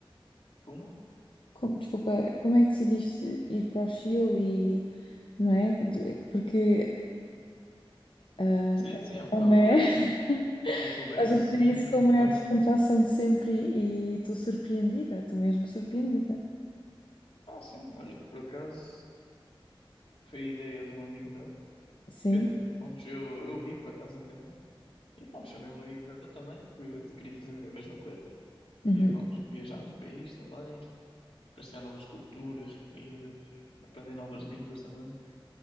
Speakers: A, on the left (about 80°); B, on the left (about 65°).
A: Como?
B: Como- desculpa, como é que decidiste ir para o Chile e, não é? De- Porque ah,
A: Sim, sim, é um
B: é
A: caso,
B: uma... <laughs>
A: assim, controverso,
B: Estás a dizer
A: sim,
B: isso
A: sim,
B: com a maior
A: vá.
B: descontração de sempre e e estou surpreendida, estou mesmo surpreendida.
A: Pá, sim, olha, por acaso. Foi a ideia de um amigo meu.
B: Sim.
A: Quer dizer, pronto, eu, eu vi por acaso na internet. E pronto, chamei um amigo meu também, que queria fazer a mesma coisa.
B: Uhum.
A: Queria, pronto, viajar no país também, experienciar novas culturas, comidas, aprender novas línguas também.